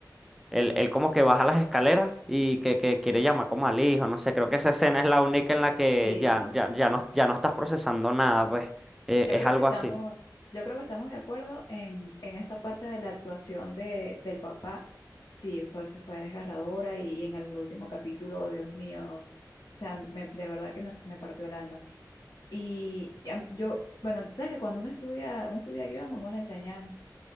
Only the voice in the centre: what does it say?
él, él como que baja las escaleras y que, que quiere llamar como al hijo, no sé, creo que esa escena es la única en la que
ya, ya, ya no, ya no estás procesando nada, pues eh,
es
algo
así.